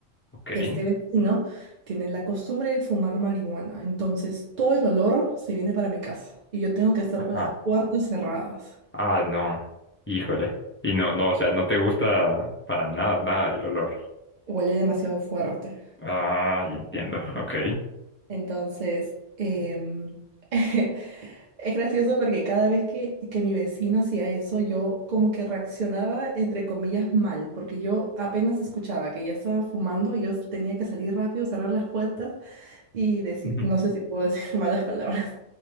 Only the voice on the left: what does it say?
Ok.
Ah,
ah, no. Híjole. Y no, no, o sea, no te gusta para nada, nada el olor.
Ah, ya entiendo. Ok.
Ujú.